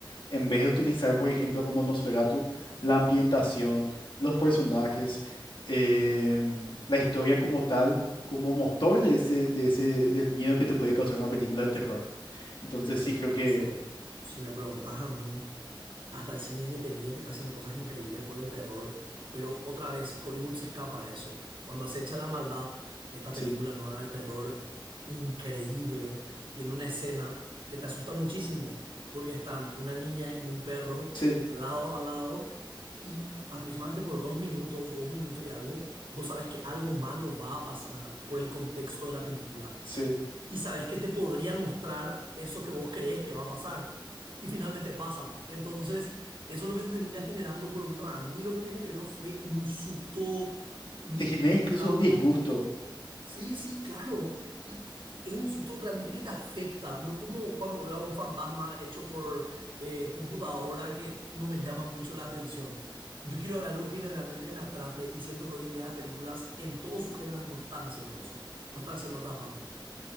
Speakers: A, on the left (about 80°); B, on the right (about 85°).
A: En vez de utilizar, por ejemplo, como Nosferatu, la ambientación, los personajes, em, la historia como tal, como motor de ese, de ese, del miedo que te puede causar una película de terror. Entonces
B: Te diría
A: sí creo
B: incluso,
A: que
B: si me preguntas a mí. Hasta el cine independiente está haciendo cosas increíbles por el terror, pero otra vez Hollywood se escapa de eso. Cuando acecha la maldad, esta
A: sí,
B: película nueva de terror, increíble, tiene una escena que te asusta muchísimo, porque están una niña y un perro
A: sí,
B: lado a lado, y aproximadamente por dos minutos o un minuto y algo, vos sabes que algo malo va a pasar por el contexto de la película
A: sí.
B: y sabes que te podrían mostrar eso que vos crees que va a pasar y finalmente pasa. Entonces, eso es lo que te termina generando, por lo menos a mí lo que me generó fue un susto mm,
A: Te genera
B: mezclado
A: incluso un disgusto
B: con... Sí, sí, claro. Y, y es un susto realmente que te afecta, no como cuando veo a un fantasma hecho por eh, computadora que no me llama mucho la atención. Yo quiero ver algo que me realmente me atrape y siento que hoy en día las películas en todos sus géneros no están haciendo eso, no están siendo atrapantes.